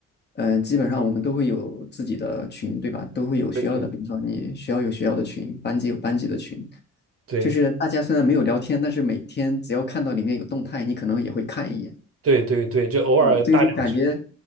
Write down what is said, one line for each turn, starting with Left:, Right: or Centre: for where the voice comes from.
Left: 嗯，基本上我们都会有自己的群，对吧？都会有学校的，
Right: 对
Left: 比如说你学校有学校的群，班级有班级的群，
Right: 对
Left: 就是大家虽然没有聊天，但是每天只要看到里面有动态，你可能也会看一眼，
Right: 对对对对，就偶尔搭两句。
Left: 对，所以就感觉